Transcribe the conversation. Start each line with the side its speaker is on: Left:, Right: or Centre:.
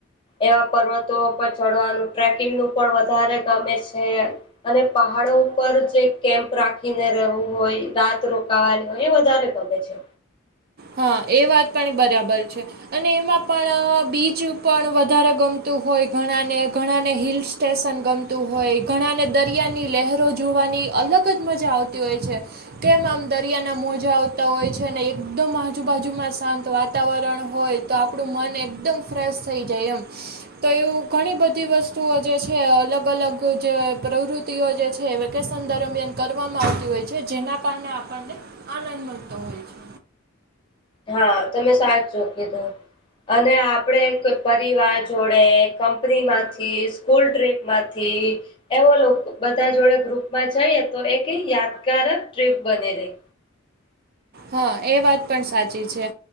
Left: એવા પર્વતો પર ચડવાનું ટ્રેકિંગ નું પણ વધારે ગમે છે. અને પહાડો ઉપર જે કેમ્પ રાખીને રહેવું હોય રાત રોકાવાની હોય એ વધારે. કગ છે.
Right: હા એ વાત પણ બરાબર છે. અને એમાં પણ બીચ પણ વધારે ગમતું હોય ઘણા ને ઘણાને હિલ્લ્સ. સ્ટેશન ગમતું હોય ઘણાને દરિયાની લહેરો જોવાની અલગ જ મજા આવતી હોય છે. કેમ આમ દરિયા ના મોજા આવતા હોય છે અને. એકદમ આજુબાજુમાં શાંત વાતાવરણ હોય તો આપણું મન એકદમ ફ્રેશ થઈ જાય એમ. તો એવું ઘણી બધી વસ્તુઓ જે છે અલગ અલગ જે પ્રવૃતિ. જે છે વેકેશન દરમિયાન કરવામાં આવતી હોય છે જેના કારણે આપણને. આનંદ મળતો હોય છે.
Left: હા તમે સાચ છો કીધો. અને આપણે કોઈ પરિવાર જોડે કંપનીમાંથી. સ્કૂલ ટ્રીપમાંથી. એવો લોકો બધા જોડે ગ્રુપમાં જઈએ તો એક યાદગાર ટ્રીપ બની રહી.
Right: હા એ વાત પણ સાચી છે